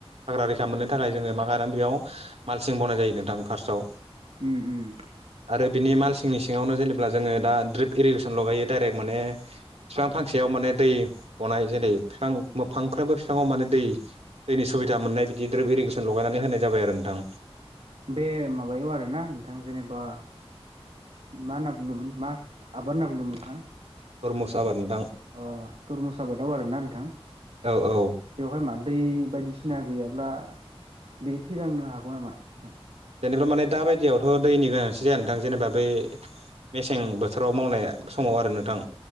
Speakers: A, on the right (about 85°); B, on the right (about 70°).
A: हाग्रा रैखा मोननो थाखाय जोङो मा खालामो बेयाव मालसिं बनाय जायो नोंथां फार्स्टआव
B: उम उम
A: आरो बिनि माल सिंनि सिङावनो जेनेब्ला जोङो दा ड्रिप इरिगेसन लगायो डाइरेक्ट माने बिफां फांसेयाव माने दै गनाय जेरै बिफां फांफ्रोमबो बिफाङाव माने दै दैनि सुबिदा मोननाय बिदि द्रोब इरिगेसन लगाय नानै होनाय जाबाय आरो नोंथां
B: बे माबायाव आरोना नोंथां जेनेबा मा होनना बुंदोंमोन मा आबाद होनना बुंदोंमोन नोंथाङा?
A: टरमुस आबादनि
B: अ टुरमुस आबादाव आरोना नोंथां
A: औ औ
B: बेवहाय मा दै बायदिसि सिना गैयाब्ला बे थैलांनो हागौ नामा नोंथां?
A: जेनेबा माने दा बायदियावथ' दैनि गोनांथि जाया नोंथां जेनेबा बै मेसें बोथोराव मावनाय समाव आरो नोंथां